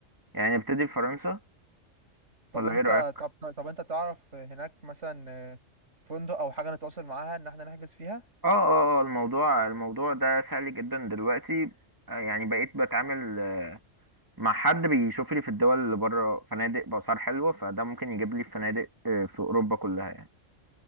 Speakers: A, on the right; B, on the right.
A: يعني نبتدي بفرنسا
B: طب
A: ولا
B: انت
A: ايه رأيك
B: طب طب طب انت تعرف هناك مثلا آه، فندق او حاجه نتواصل معاها ان احنا نحجز فيها
A: اه اه آه، الموضوع الموضوع ده سهل جدا دلوقتي آه، يعني بقيت بتعامل آه، مع حد بيشوف لي في الدول اللي بره فنادق بأسعار حلوة فده ممكن يجيب لي فنادق آه، في اوروبا كلها يعني